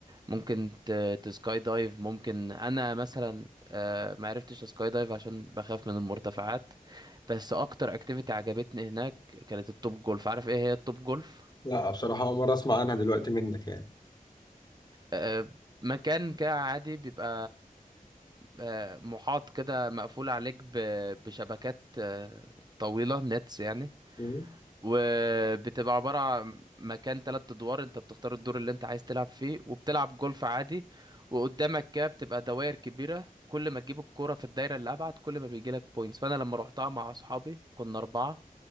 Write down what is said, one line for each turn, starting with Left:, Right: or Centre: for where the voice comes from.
Right: ممكن ت- تسكاي دايف ممكن انا مثلا آه، ما عرفتش اسكاي دايف عشان بخاف من المرتفعات بس اكتر اكتيفيتي عجبتني هناك كانت التوب جولف عارف ايه هي التوب جولف
Left: لا بصراحة أول مرة أسمع عنها دلوقتي منك يعني
Right: آه، مكان كده عادي بيبقى آه، محاط كده مقفول عليك ب- بشبكات آه، طويلة نتس يعني
Left: مم.
Right: وبتبقى عبارة عن مكان تلات أدوار أنت بتختار الدور اللي أنت عايز تلعب فيه وبتلعب جولف عادي وقدامك كده بتبقى دوائر كبيرة كل ما تجيب الكرة في الدايرة اللي أبعد كل ما بيجيلك بوينتس فأنا لما روحتها مع أصحابي كنا أربعة